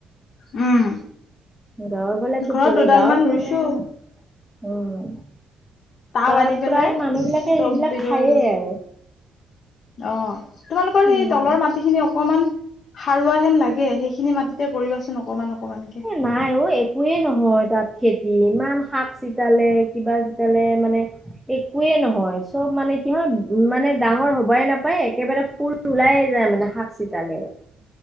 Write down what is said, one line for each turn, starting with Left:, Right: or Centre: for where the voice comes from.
Left: উম,
Centre: গাঁৱৰ ফালে খুব
Left: ঘৰত
Centre: জোগা
Left: দুডাল
Centre: গাঁৱত
Left: মান ৰুইছো
Centre: মানে উম,
Left: টা
Centre: গাঁৱত
Left: বানি পেলাই
Centre: প্ৰায় মানুহ বিলাকে
Left: চব
Centre: সেইবিলাক
Left: বিধৰে
Centre: খায়েই
Left: বস্তু।
Centre: আৰু
Left: অ', তোমালোকৰ
Centre: উম
Left: সেই তলৰ মাটিখিনি অকমান সাৰুৱা হেন লাগে সেইখিনি মাটিতে কৰিবাচোন অকমান অকমানকে
Centre: নাই অ, একোৱে নহয় তাত। খেতি ইমান শাক ছিটালে কিবা ছিটালে মানে একোয়ে নহয় চব মানে কি হয় উম, মানে ডাঙৰ হবাই নাপায় একেবাৰে ফুল উলাইে যায় মানে শাক চিতালে শ <inaudible>